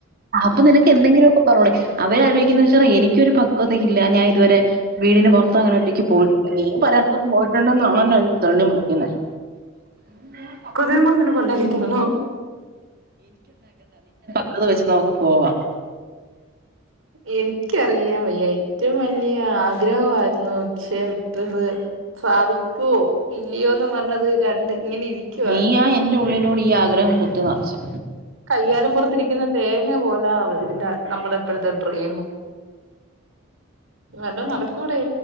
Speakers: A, on the right; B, on the right.
A: അപ്പൊ നിനക്ക് എന്തെങ്കിലും ഒക്കെ പറഞ്ഞൂടെേ അവര ആലോചിക്കുന്ന വെച്ചാ എനിക്കൊരു പക്വത ഇല്ല ഞാൻ ഇതുവരെ വീടിന് പുറത്ത അങ്ങനെോട്ടേക്ക് പോയിട്ട നീ പലത്തും പോയിട്ടുണ്ടന്നാണല്ലോ തെളഞ്ഞ വിളിക്കുന്ന <unintelligible>
B: ന്ന കൊണ്ടാക്കിത്തരനോ
A: ത് വെച്ച് നമുക്ക് പോവാാം
B: എനിക്കറിയാം വയ്യ ഏറ്റവും വലിയ ആഗ്രഹമായിരുന്നു പക്ഷെ <inaudible> സാധിക്കുവോ ഇല്ലയോന്ന് പറഞ്ഞത് രണ്ട് ഇങ്ങനെ ഇരിക്കുവ
A: നീയാ എന്റെ ഉള്ളിലൂടെ ഈ ആഗ്രഹം കുത്തി നിറച്ച്
B: കയ്യാലപ്പുറത്തിരിക്കുന്ന തേങ്ങ പോലെ ഇതിന്റെ നമ്മുടെ ഇപ്പോഴത്തെ ഡ്രീം വല്ലോ നടക്കൂടെേ